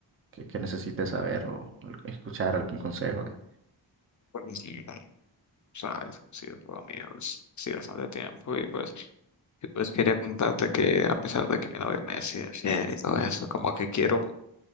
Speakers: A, on the right; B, on the left.
A: que, que necesites saber o al- escuchar algún consejo de-
B: Pues, sí, sabes, ha sido todo mío, es- sí, bastante tiempo y pues, y pues quería contarte que a pesar de que mi novia me decía ayer y todo eso, como que quiero.